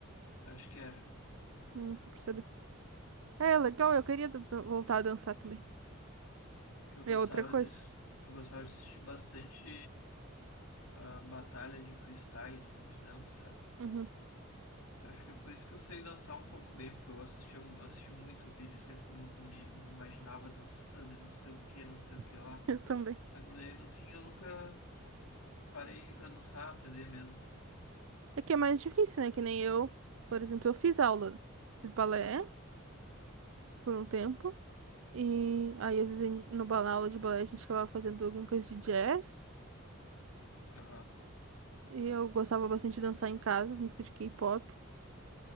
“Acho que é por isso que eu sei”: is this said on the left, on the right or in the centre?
Left